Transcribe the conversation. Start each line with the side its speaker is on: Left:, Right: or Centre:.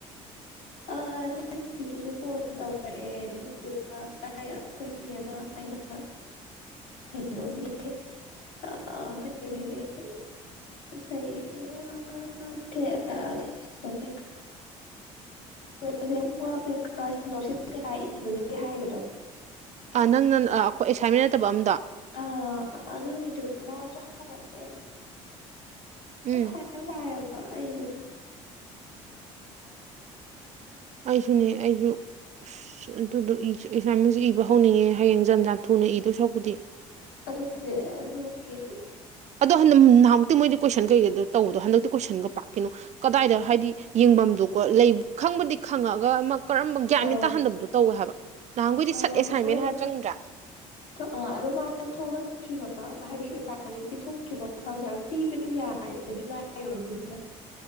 Left: ꯑꯥ ꯑꯗꯨ ꯅꯨꯄꯤꯗꯨꯁꯨ ꯐꯣꯟ ꯇꯧꯔꯛꯑꯦ ꯑꯗꯨꯗꯨꯒ ꯇꯥꯏꯌꯦ ꯀꯨꯢꯌꯦꯕ ꯑꯩꯅ
Right: <inaudible>
Left: ꯀꯩꯅꯣꯝꯒꯤ ꯑꯁ ꯑꯥ ꯀꯔꯤ ꯀꯔꯤ ꯀꯔꯤ <unintelligible> ꯊꯦꯁꯤꯁ ꯅꯠꯇꯦ <unintelligible> ꯍꯥꯏꯕꯗꯣ
Right: ꯑꯥ ꯅꯪꯅ ꯑꯥꯈꯣꯏ ꯑꯦꯁꯥꯏꯟꯃꯦꯟ ꯅꯠꯇꯕ ꯑꯝꯗꯣ
Left: ꯑꯥ ꯑꯗꯨꯒꯤꯗꯣ ꯃꯥꯁꯨ ꯍꯥꯞꯂꯛꯌꯦꯞ ꯃꯊꯥ
Right: ꯎꯝ
Left: ꯌꯝ ꯁꯥꯏ ꯍꯥꯏꯕ ꯑꯩꯗꯣ
Right: ꯑꯩꯁꯨꯅꯦ ꯑꯩꯁꯨ ꯑꯁ ꯑꯗꯨꯗꯣ ꯑꯦꯁꯥꯏꯃꯟꯁꯨ ꯏꯕ ꯍꯧꯅꯤꯡꯉꯦ ꯍꯌꯦꯡ ꯖꯟ-ꯖꯥꯟ ꯊꯨꯅ ꯏꯗꯣꯏ ꯁꯔꯨꯛꯄꯨꯗꯤ
Left: ꯑꯗꯨꯅꯦ ꯑꯗꯨꯀꯤ
Right: ꯑꯗꯣ ꯍꯗꯛ ꯅꯍꯥꯃꯨꯛꯇꯤ ꯃꯣꯏꯗꯤ ꯀꯣꯏꯁꯟ ꯀꯩꯀꯩꯗ ꯇꯧꯕꯗꯣ ꯍꯟꯗꯛꯇꯤ ꯀꯣꯏꯁꯟꯒ ꯄꯥꯛꯀꯤꯅꯣ ꯀꯗꯥꯏꯗ ꯍꯥꯏꯗꯤ ꯌꯦꯡꯕꯝꯗꯨ ꯀꯣ ꯂꯩ ꯈꯪꯕꯨꯗꯤ ꯈꯪꯉꯥꯒ ꯑꯃ ꯀꯔꯝꯕ ꯒ꯭ꯤꯌꯥꯟ-ꯃꯦꯟ
Left: ꯑꯥ
Right: ꯇꯥꯍꯟꯗꯕꯗꯣ ꯇꯧꯋꯦ ꯍꯥꯏꯕ ꯅꯍꯥꯟꯒꯣꯏꯗꯤ
Left: ꯑꯥ
Right: ꯁꯠ ꯑꯦꯁꯥꯏꯟꯃꯦꯟ
Left: ꯃꯣꯏꯗꯣ
Right: ꯍꯥꯏꯔ ꯆꯪꯗ꯭ꯔꯥ
Left: ꯑꯥ ꯑꯗꯨ ꯃꯥꯗꯣ ꯊꯣꯛꯂꯛꯇ꯭ꯔꯤꯕ ꯍꯥꯏꯗꯤ ꯑꯦꯁꯥꯏꯟꯃꯦꯟ ꯄꯤꯊꯣꯛꯇ꯭ꯔꯤꯕ ꯈꯪꯗꯦ ꯍꯥꯏꯕ ꯄꯤꯕꯗꯤ ꯌꯥꯏ <unintelligible>